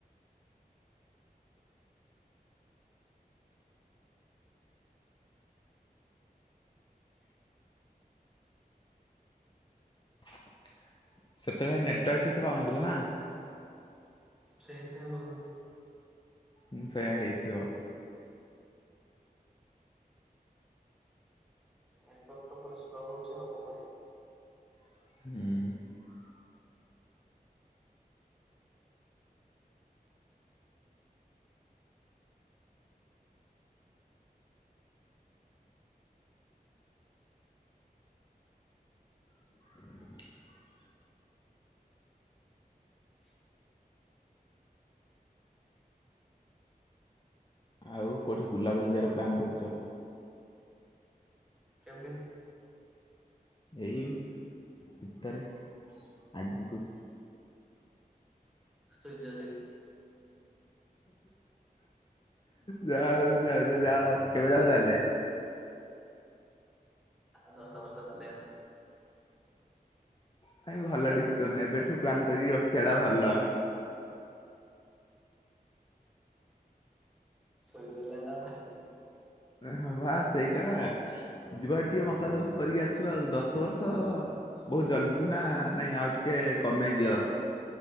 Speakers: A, in the centre; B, on the left.
A: <inaudible>
B: <inaudible> ସେତେବେଳେ ନେଟୱାର୍କ ଠିକ ସେ ପାଉନଥିଲା ନା।
A: ସେଇଥି ପାଇଁ ବୋଧେ
B: ହୁଁ। ସେୟା ହେଇଥିବ।
A: ଏଇତତ ପୁରା ସ୍ଲୋ ହୋଉଚି ଆଉ କଣ କରିବ?
B: ହୁଁ। <unintelligible>
A: <unintelligible>
B: ଆଉ କୋଉଠି ବୁଲାବୁଲି ଯିବାର ପ୍ଲାନ୍ କରିଛ?
A: କେଉଁଠି?
B: ଏଇ ଭିତରେ ଆଗକୁ
A: ସୁଇଜରଲ୍ୟାଣ୍ଡ।
B: ଯାହା ହଉ ଯାଇ କେବେ ଯାଅ କେବେ ଯାଆ ତାହେଲେ?
A: ଆଉ ଦଶ ବର୍ଷ ଗଲେ ଆଉ।
B: ଭାଇ ଭଲ ଡିସିସନ୍ ଏବେଠୁ ପ୍ଲାନ୍ କରିକି ରଖିଥିବାଟା ଭଲ।
A: ସୁଇଜରଲ୍ୟାଣ୍ଡ ଆଉ ଥାଇଲ୍ୟାଣ୍ଡ।
B: ହଁ ବା ସେଇଟା ବା ଯିବା ଟିକେ ମସାଜ ଫସାଜ କରିକି ଆସିବା। ଆଉ ଦଶ ବର୍ଷ ବହୁତ ଜଲଦି ନା ନାଇଁ ଆଉ ଟିକେ କମେଇ ଦିଅ।